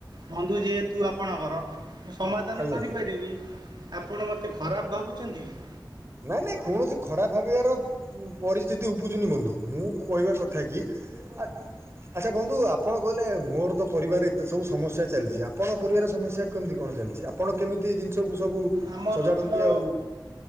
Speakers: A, on the right; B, on the right.
A: ବନ୍ଧୁ ଯେହେତୁ ଆପଣଙ୍କର ମୁଁ ସମାଧାନ
B: ଆଜ୍ଞା
A: କରିପାରିବି। ଆପଣ ମତେ ଖରାପ ଭାବୁଛନ୍ତି କି?
B: ନାଇଁ ନାଇଁ କୌଣସି ଖରାପ ଭାବିବାର ପରିସ୍ଥିତି ଉପୁଜୁନି ବନ୍ଧୁ ମୁଁ କହିବା କଥା କି, ଆଚ୍ଛା ବନ୍ଧୁ ଆ ଆପଣ କହିଲେ ମୋର ତ ପରିବାର ଏତେ ସବୁ ସମସ୍ୟା ଚାଲିଛି ଆପଣଙ୍କ ପରିବାର ସମସ୍ୟା କେମିତି କଣ ଚାଲିଛି? ଆପଣ କେମିତି ଏ ଜିନିଷକୁ ସବୁ
A: ଆମର
B: ସଜାଡ଼ନ୍ତି
A: ତ
B: ଆଉ